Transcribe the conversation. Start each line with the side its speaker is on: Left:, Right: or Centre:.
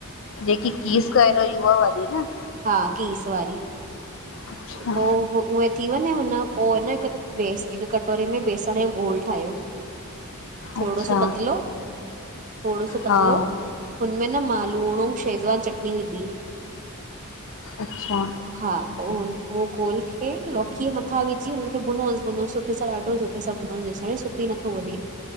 Left: जेकी कीज़ करे, युवा वारी न?
Right: हा कीज़ वारी,
Left: अच्छा
Right: पो उहे थी वञेन पोइ आञा न हिक बेस हिक कटोरे में बेसण जो घोल ठाहियो। थोडो
Left: अच्छा
Right: सो पतलो? थोडो सो पतलो,
Left: हा
Right: हुनमें न मां लूण अऊं शेज़वान चटनी विधी।
Left: अच्छा
Right: हा पो उन घोल खे लोकीअ य मथां विझी हुन खे भूनोस-भूनोस ॾाढो सुठे सां भूनोस जेस ताणी सुकी नथो वञे।